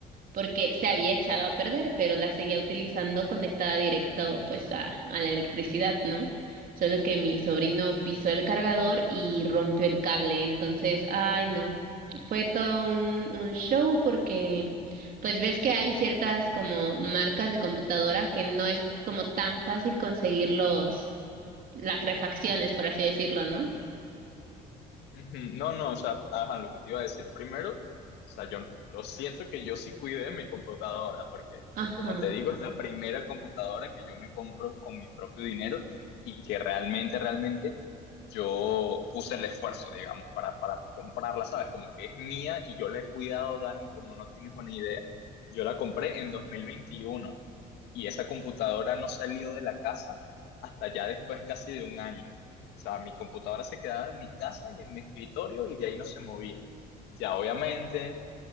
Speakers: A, on the right; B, on the left.
A: porque se había echado a perder, pero la seguía utilizando conectada directo pues a, a la electricidad, ¿no? Solo que mi sobrino pisó el cargador y rompió el cable, entonces, ay no, fue todo un, un show porque pues ves que hay ciertas como marcas de computadora que no es como tan fácil conseguir los, las refacciones, por así decirlo, ¿no?
B: Ujú, No, no, o sea, ajá, lo que te iba a decir primero, o sea, yo, yo siento que yo sí cuidé mi computadora, porque
A: Ajá.
B: como te digo, es la primera computadora que yo me compro con mi propio dinero y que realmente, realmente yo puse el esfuerzo, digamos, para, para comprarla, ¿sabes? Como que es mía y yo la he cuidado, Dani, como no tienes una idea. Yo la compré en 2021, y esa computadora no salió de la casa hasta ya después casi de un año. O sea, mi computadora se quedaba en mi casa y en mi escritorio y de ahí no se movía. Ya obviamente